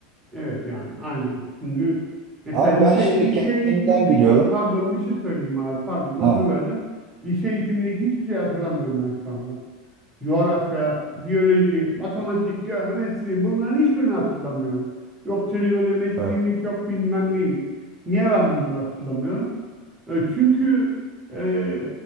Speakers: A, on the right; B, on the right.
A: Evet yani aynen. Çünkü mesela
B: Abi
A: lise,
B: ben şimdi
A: lise
B: kendimden
A: eğitimindeki
B: biliyorum.
A: pardon bir şey söyleyeyim abi pardon lafını
B: Ha,
A: böldüm. Lise eğitimindeki hiçbir şey hatırlamıyorum ben şu anda. coğrafya, biyoloji, matematik, geometri bunların hiçbirini hatırlamıyorum. Yok trigonometriymiş,
B: evet.
A: yok bilmem neymiş. Niye ben bunları hatırlamıyorum? E, Çünkü e,